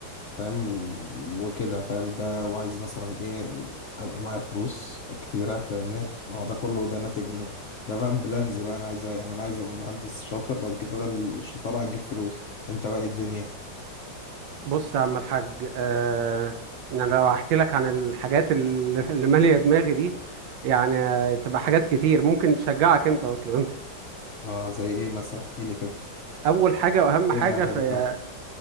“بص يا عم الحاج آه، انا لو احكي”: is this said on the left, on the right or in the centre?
Right